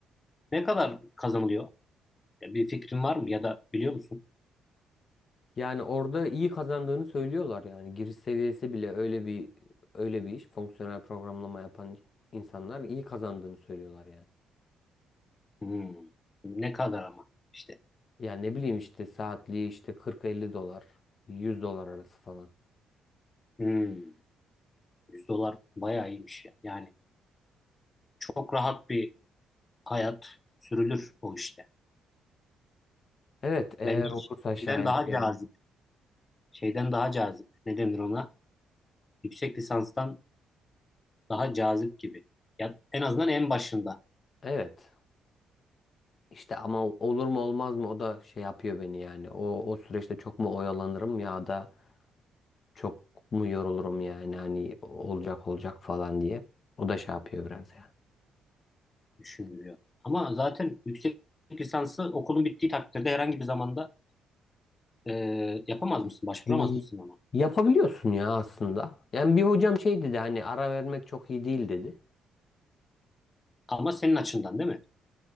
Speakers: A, on the left (about 25°); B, on the left (about 45°).
A: Ne kadar kazanılıyor? Ya bir fikrin var mı ya da biliyor musun?
B: Yani orada iyi kazandığını söylüyorlar yani. Giriş seviyesi bile öyle bir öyle bir iş. Fonksiyonel programlama yapan insanlar iyi kazandığını söylüyorlar yani.
A: Hmm. Ne kadar ama işte.
B: Yani ne bileyim işte saatliği işte kırk elli dolar, 100 dolar arası falan.
A: Hmm. 100 dolar bayağı iyiymiş ya. Yani çok rahat bir hayat sürülür o işte.
B: Evet eğer
A: Bence
B: olursa şayet
A: şeyden daha
B: yani.
A: cazip. Şeyden daha cazip. Ne denir ona? Yüksek lisanstan daha cazip gibi. Ya en azından en başında
B: Evet. İşte ama olur mu olmaz mı o da şey yapıyor beni yani. O o süreçte çok mu oyalanırım ya da çok mu yorulurum yani hani olacak olacak falan diye. O da şey yapıyor biraz yani.
A: düşünülüyor. Ama zaten yüksek lisansı okulun bittiği takdirde herhangi bir zamanda e, yapamaz mısın? Başvuramaz
B: İyi.
A: mısın ona?
B: Yapabiliyorsun ya aslında. Yani bir hocam şey dedi hani ara vermek çok iyi değil dedi.
A: Ama senin açından değil mi?